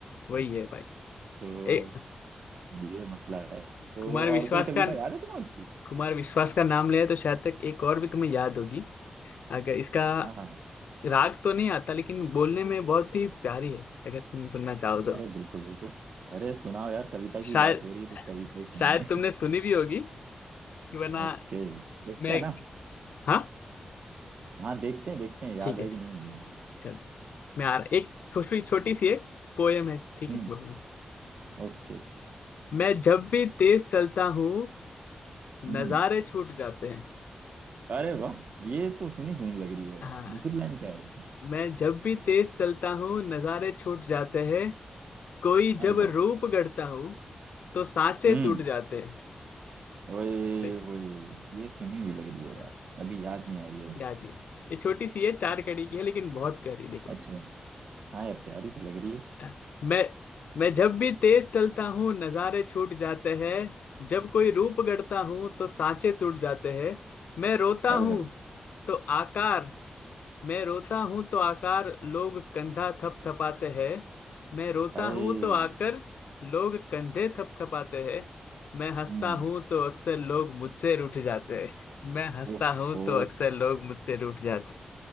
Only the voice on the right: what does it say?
तो
ये मसला है तो
और
कोई कविता
याद है तुम्हें उसकी
हाँ हाँ
अरे बिल्कुल बिल्कुल अरे सुनाओ यार कविता की
बात हो रही है तो कविता ही सुनेंगे
<laughs>
ओके देखते
हैं
ना
हाँ देखते हैं देखते हैं याद
है
कि नहीं मुझे
हम्म
ओके
हम्म
अरे वाह ये तो सुनी सुनी लग रही है यार
दूसरी लाइन क्या है इसकी
हाय
हाय
हम्म
ओए
होए ये सुनी हुई लग रही
है यार अभी याद नहीं आ रही है बस
अच्छा हाँ यार प्यारी तो लग रही है
हाय हाय
हाय
हम्म
ओफो